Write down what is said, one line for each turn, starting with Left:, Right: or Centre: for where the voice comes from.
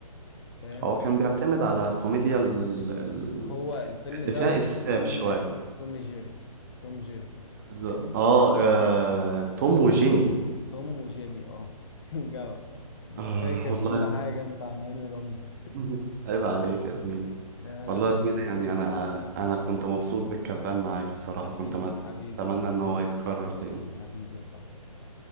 Left: فاهم
Right: هو كان بيعتمد على كوميديا ال... ال...
Left: هو الفيلم
Right: اللي
Left: ده
Right: فيها
Left: وفيلم
Right: إسفاف شوية
Left: توم جيري توم جيري
Right: ز-
Left: فاهم
Right: اه آه، توم وجيمي
Left: توم وجيمي اه <laughs> جدع انت
Right: آه
Left: فاكر
Right: والله
Left: كل حاجة انت عن هاني رمزي
Right: <laughs> عيب عليك يا زميلي
Left: آه
Right: والله يا زميلي يعني
Left: ال-
Right: أنا أنا كنت مبسوط بالكلام معاك الصراحة
Left: حبيبي
Right: كنت
Left: حبيبي
Right: أتمنى
Left: يا صاحبي
Right: إن هو يتكرر تاني
Left: حبيبي يا صاحبي